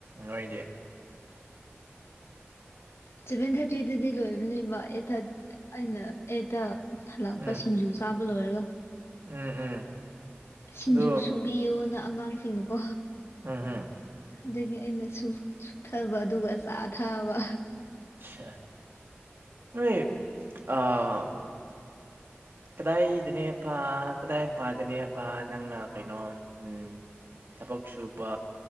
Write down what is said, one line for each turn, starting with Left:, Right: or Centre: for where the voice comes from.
Right: ꯅꯣꯏꯗꯤ
Left: ꯁꯚꯦꯟ ꯊꯥꯔꯇꯤꯗꯗꯤ ꯂꯣꯏꯕꯅꯦꯕ ꯑꯦꯠ ꯊꯔ ꯑꯩꯅ ꯑꯦꯠꯇ ꯍꯜꯂꯛꯄ
Right: ꯎꯝ
Left: ꯁꯤꯡꯖꯨ ꯆꯥꯕ ꯂꯣꯏꯔꯒ
Right: ꯎꯝ ꯎꯝ
Left: ꯁꯤꯡꯖꯨ
Right: ꯑꯗꯨ
Left: ꯁꯨꯕꯤꯌꯣꯅ ꯑꯉꯥꯡꯁꯤꯡꯅꯀꯣ
Right: ꯎꯝꯍꯨꯝ
Left: ꯑꯗꯨꯒꯤ ꯑꯩꯅ ꯁ ꯁꯨꯊꯕ ꯑꯗꯨꯒ ꯆꯥꯊꯕ
Right: ꯑꯠꯁꯥ ꯅꯣꯏ ꯑ ꯀꯗꯥꯏꯗꯅꯦꯕ ꯀꯗꯥꯏ ꯃꯄꯥꯗꯅꯦꯕ ꯅꯪꯅ ꯀꯩꯅꯣ ꯎꯝ ꯊꯕꯛ ꯁꯨꯕ